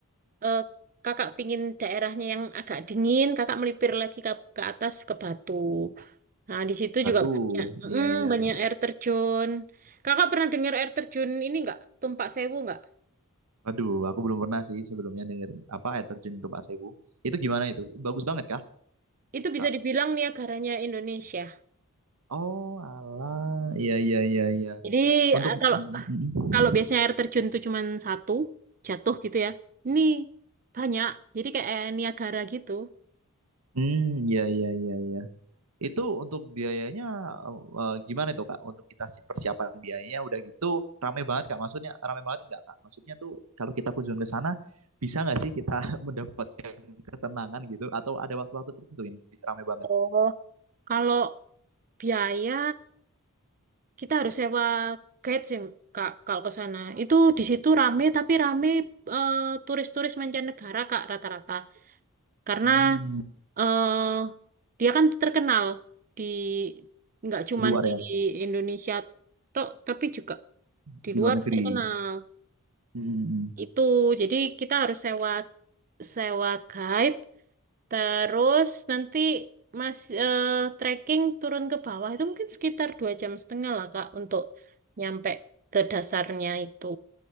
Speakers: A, on the right (about 40°); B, on the right (about 85°).
A: eh, kakak pingin daerahnya yang agak dingin, kakak melipir lagi ke, ke atas ke Batu. Nah, di situ
B: Batu,
A: juga banyak,
B: iya
A: mm,
B: iya.
A: banyak air terjun. Kakak pernah dengar air terjun ini nggak? Tumpak Sewu nggak?
B: Aduh, aku belum pernah sih sebelumnya denger apa air terjun Tumpak Sewu. Itu gimana itu? Bagus banget kah?
A: Itu bisa
B: Kak?
A: dibilang Niagaranya Indonesia.
B: Oh, alah. Iya, iya, iya, iya.
A: Jadi
B: Untuk
A: eh, kalau
B: mm, mm, mm.
A: Kalau biasanya air terjun tuh cuma satu jatuh gitu ya. Ini banyak. Jadi kayak air Niagara gitu.
B: Hmm, iya, iya, iya, iya. Itu untuk biayanya eh, eh, gimana tuh, Kak? Untuk kita si- persiapan biayanya udah gitu rame banget, Kak. Maksudnya rame banget enggak, Kak? Maksudnya tuh kalau kita kunjungan ke sana bisa nggak sih kita <laughs> mendapatkan ketenangan gitu atau ada waktu-waktu tertentu yang rame banget?
A: Oh, Kalau biaya kita harus sewa guide sih Kak kalau ke sana. Itu di situ rame tapi rame eh, turis-turis mancanegara Kak rata-rata. Karena
B: Hmm,
A: eh dia kan terkenal di nggak cuman
B: di luar
A: di
B: ya,
A: Indonesia tok tapi juga
B: di
A: di luar
B: luar negeri.
A: terkenal.
B: Mm, mm, mm.
A: itu jadi kita harus sewa sewa guide terus nanti mas eh, trekking turun ke bawah itu mungkin sekitar dua jam setengah lah Kak untuk nyampe ke dasarnya itu